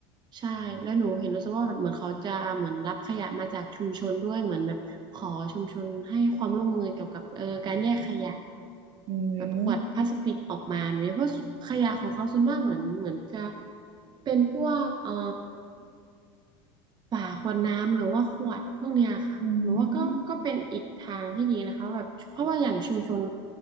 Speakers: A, on the right; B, on the right.
A: ใช่แล้วหนูเห็นรู้สึกว่าแบบเหมือนเขาจะเหมือนรับขยะมาจากชุมชนด้วยเหมือนแบบขอชุมชนให้ความร่วมมือเกี่ยวกับเออการแยกขยะ
B: อืม
A: แบบขวดพลาสติกออกมาเนี่ยเพราะขยะของเขาส่วนมากเหมือนเหมือนจะเป็นพวกเออ ฝาขวดน้ำหรือว่าขวดพวกเนี้ยค่ะหนูว่าก็ก็เป็นอีกทางที่ดีนะคะแบบเพราะว่าอย่างชุมชน
B: อืม